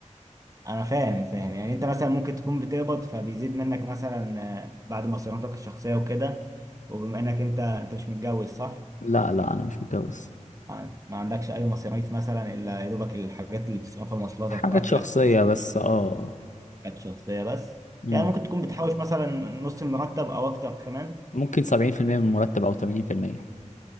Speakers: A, on the right; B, on the left.
A: انا فاهم فاهم يعني انت مثلا ممكن تكون بتقبض فبيزيد منك مثلا آه، بعد مصاريفك الشخصيه وكده وبما انك انت انت مش متجوز صح
B: لا لا انا مش متجوز
A: ما ما عندكش اي مصاريف مثلا الا يا دوبك الحاجات اللي بتصرفها مواصلاتك
B: حاجات
A: واكلك
B: شخصية
A: وشغلك
B: بس اه
A: الشخصيه بس
B: امم
A: يعني ممكن تكون بتحوش مثلا نص المرتب او اكتر كمان
B: ممكن 70% من المرتب او 80%